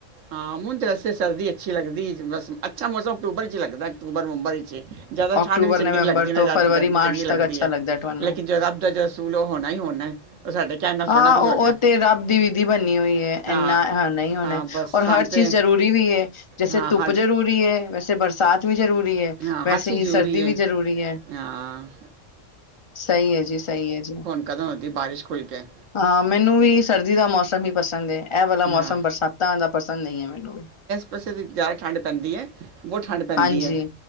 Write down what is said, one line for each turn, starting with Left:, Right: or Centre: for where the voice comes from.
Right: ਹਾਂ, ਹੂੰਣ ਤਾਂ ਵਸਤੇ ਸਰਦੀ ਅੱਛੀ ਲੱਦੀ ਬਸ ਅੱਛਾ ਮੌਸਮ ਅਕਤੂਬਰ ਚ ਲੱਗਦਾ ਅਕਤੂਬਰ, ਨਵੰਬਰ ਚ। ਜ਼ਿਆਦਾ
Left: ਅਕਤੂਬਰ
Right: ਠੰਡ ਵੀ ਚੰਗੀ
Left: ਨਵੰਬਰ
Right: ਨੀਂ ਲਗਦੀ ਨਾ
Left: ਤੋਂ
Right: ਜਿ਼ਆਦਾ
Left: ਫਰਵਰੀ
Right: ਗਰਮੀ
Left: ਮਾਰਚ
Right: ਚੰਗੀ ਲਗਦੀ
Left: ਤੱਕ ਅੱਛਾ
Right: ਹੈ
Left: ਲੱਗਦਾ ਤੁਹਾਨੂੰ
Right: ਲੇਕਿਨ ਜਦ ਰੱਬ ਦਾ ਅ ਸੂਲ ਉਹ ਹੋਣਾ ਹੀ ਹੋਣਾ ਉਹ ਸਾਡੇ ਕਹਿਣ ਨਾਲ ਸੋਹਣਾ
Left: ਹਾਂ,
Right: ਕੁਝ
Left: ਉਹ-ਉਹ
Right: ਹੋਣਾ ਹੈ।
Left: ਤੇ ਰੱਬ ਦੀ ਵਿਧੀ ਬਣੀ ਹੋਈ ਏ
Right: ਹਾਂ
Left: ਇੰਨਾ ਨਈ ਹੋਣਾ
Right: ਹਾਂ ਬਸ
Left: ਔਰ
Right: ਸਾਨੂੰ
Left: ਹਰ
Right: ਤੇ
Left: ਚੀਜ਼ ਜ਼ਰੂਰੀ ਵੀ ਹੈ, ਜੈਸੇ
Right: ਹਾਂ
Left: ਧੁੱਪ
Right: ਹਰ
Left: ਜ਼ਰੂਰੀ ਹੈ ਵੈਸੇ ਬਰਸਾਤ ਵੀ ਜ਼ਰੂਰੀ ਹੈ
Right: ਹਾਂ
Left: ਵੈਸੇ
Right: ਹਰ ਚੀਜ਼
Left: ਹੀ
Right: ਜ਼ਰੂਰੀ
Left: ਸਰਦੀ
Right: ਹੈ
Left: ਵੀ ਜ਼ਰੂਰੀ ਏ।
Right: ਹਾਂ
Left: ਸਹੀ ਹੈ ਜੀ, ਸਹੀ ਹੈ ਜੀ।
Right: ਕਦੋ ਹੂੰਦੀ ਬਾਰਿਸ਼ ਖੁੱਲ੍ਹ ਕੇ?
Left: ਹਾਂ, ਮੈਨੂੰ ਵੀ ਸਰਦੀ ਦਾ ਮੌਸਮ ਈ ਪਸੰਦ ਏ ਇਹ ਵਾਲਾ ਮੌਸਮ
Right: ਹਾਂ
Left: ਬਰਸਾਤਾਂ ਦਾ ਪਸੰਦ ਨਈ ਏ ਮੈਨੂੰ ਵੀ।
Right: ਵੈਸੇ ਤੇ ਜ਼ਿਆਦਾ ਠੰਡ ਪੈਂਦੀ ਹੈ, ਬਹੁਤ ਠੰਡ ਪੈਂਦੀ
Left: ਹਾਂਜੀ
Right: ਹੈ,